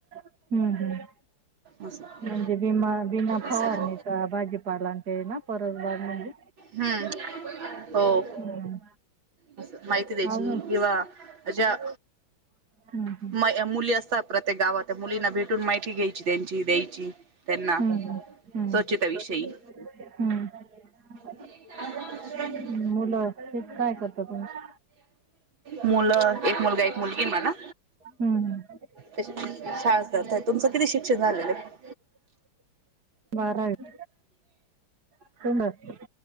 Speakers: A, on the right; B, on the right.
A: हम्म हम्म.
B: असं
A: म्हणजे बिमा बिना
B: असं
A: फवारणीचा भाजीपालां ते ना परजबाग म्हणजे?
B: हं. हो.
A: हम्म
B: असं माहिती द्यायची
A: अजून
B: किंवा अ ज्या.
A: हम्म हम्म
B: म मुली असतात प्रत्येक गावात. त्या मुलींना भेटून माहिती घ्यायची त्यांची, द्यायची त्यांना.
A: हम्म हम्म
B: स्वच्छता विषयी
A: हम्म.
B: <inaudible>
A: हम्म मुलं ते काय करतात तुमचे?
B: मुलं एक मुलगा एक मुलगी ए मला.
A: हम्म हम्म
B: शाळाच करताय. तुमचं किती शिक्षण झालेलं आहे?
A: बारावी. <unintelligible>